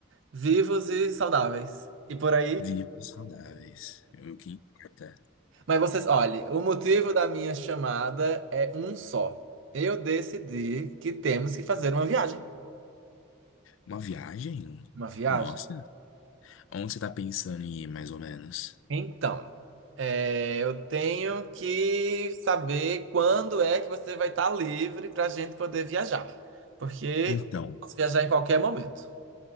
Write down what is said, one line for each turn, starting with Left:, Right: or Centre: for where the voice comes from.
Right: vivos e saudáveis. E por aí.
Left: Vivos saudáveis, é o que importa.
Right: Mas vocês, olhe, o motivo da minha chamada é um só. Eu decidi que temos que fazer uma viagem.
Left: Uma viagem?
Right: Uma viagem.
Left: Nossa, onde você tá pensando em ir, mais ou menos?
Right: Então, é, eu tenho que saber quando é que você vai estar livre para a gente poder viajar. Porque
Left: Então,
Right: eu posso viajar em qualquer momento.